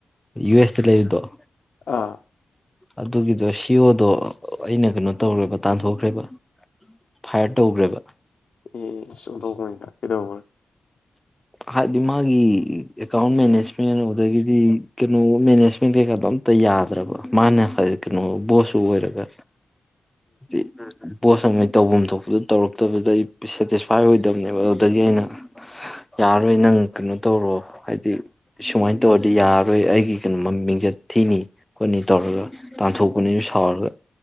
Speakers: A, in the centre; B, on the left.
A: ꯌꯨ ꯑꯦꯁꯇ ꯂꯩꯕꯗꯣ ꯑ
B: ꯑꯥ
A: ꯑꯗꯨꯒꯤꯗꯣ ꯁꯤꯌꯣꯗꯣ ꯑꯩꯅ ꯀꯩꯅꯣ ꯇꯧꯔꯦꯕ ꯇꯥꯟꯊꯣꯛꯈ꯭ꯔꯦꯕ ꯐꯥꯏꯌꯔ ꯇꯧꯈ꯭ꯔꯦꯕ
B: ꯑꯦ <unintelligible> ꯀꯩꯗꯧꯕꯩ
A: ꯍꯥꯏꯗꯤ ꯃꯥꯒꯤ ꯑꯦꯀꯥꯎꯟ ꯃꯦꯅꯦꯖꯃꯦꯟ ꯑꯗꯨꯗꯒꯤꯗꯤ ꯀꯩꯅꯣ ꯃꯦꯅꯦꯖꯃꯦꯟ ꯀꯩꯀꯥꯗꯣ ꯑꯝꯇ ꯌꯥꯗ꯭ꯔꯕ ꯃꯥꯅ ꯀꯩꯅꯣ ꯕꯣꯁꯁꯨ ꯑꯣꯏꯔꯒ ꯎꯝ ꯕꯣꯁ ꯑꯃꯩ ꯇꯧꯐꯝ ꯊꯣꯛꯄꯗ ꯇꯧꯔꯛꯇꯕꯗ ꯑꯩ ꯁꯦꯇꯤꯁꯐꯥꯏ ꯑꯣꯏꯗꯕꯅꯦꯕ ꯑꯗꯨꯗꯒꯤ ꯑꯩꯅ ꯌꯥꯔꯔꯣꯏ ꯅꯪ ꯀꯩꯅꯣ ꯇꯧꯔꯣ ꯍꯥꯏꯗꯤ ꯁꯨꯃꯥꯏꯅ ꯇꯧꯔꯗꯤ ꯌꯥꯔꯔꯣꯏ ꯑꯩꯒꯤ ꯀꯩꯅꯣ ꯃꯤꯡꯆꯠ ꯊꯤꯅꯤ ꯈꯣꯠꯅꯤ ꯇꯧꯔꯒ ꯇꯥꯟꯊꯣꯛꯄꯅꯤꯕ ꯁꯥꯎꯔꯒ